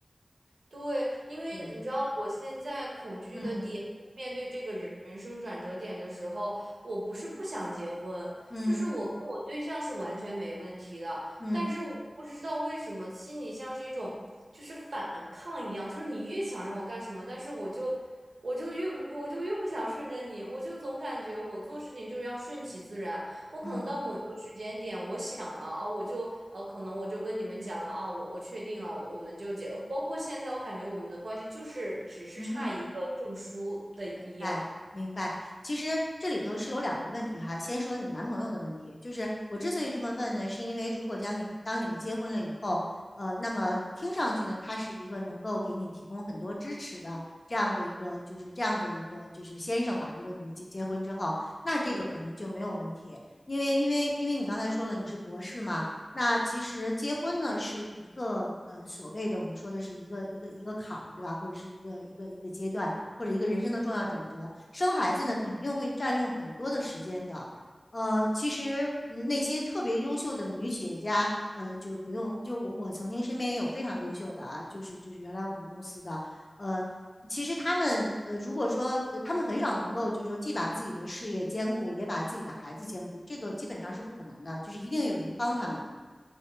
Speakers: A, on the right; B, on the left.
A: 对，因为你知道，
B: 对。
A: 我现在恐惧的点，
B: 嗯
A: 就是面对这个人人生转折点的时候，我不是不想结婚，
B: 嗯
A: 就是我跟我对象是完全没问题的，
B: 嗯
A: 但是我不知道为什么心里像是一种就是反抗一样，就是你越想让我干什么，但是我就我就越不我就越不想顺着你，我就总感觉我做事情就是要顺其自然，我可能到某一个时间点，
B: 嗯
A: 我想了啊，我就呃，可能我就跟你们讲了啊，我我确定了，我我们就结。包括现在，我感觉我们的关系就是只是差一个证书的一样。
B: 嗯哼。明白，明白。其实这里头是有两个问题哈。先说你男朋友的问题，就是我之所以这么问呢，是因为如果将你当你们结婚了以后，呃，那么听上去呢，他是一个能够给你提供很多支持的这样的一个，就是这样的一个就是先生吧。如果你们结结婚之后，那这个可能就没有问题，
A: 对
B: 因为因为因为你刚才说了你是博士嘛，那其实结婚呢是一个呃所谓的我们说的是一个一个一个坎儿，对吧？或者是一个一个一个阶段，或者一个人生的重要转折。生孩子呢肯定会占用很多的时间的。呃，其实嗯那些特别优秀的女企业家，呃，就是不用，就我我曾经身边也有非常优秀的啊，就是就是原来我们公司的，呃，其实他们呃，如果说呃他们很少能够，就是说既把自己的事业兼顾，也把自己的孩子兼顾，这个基本上是不可能的，就是一定有人帮他们。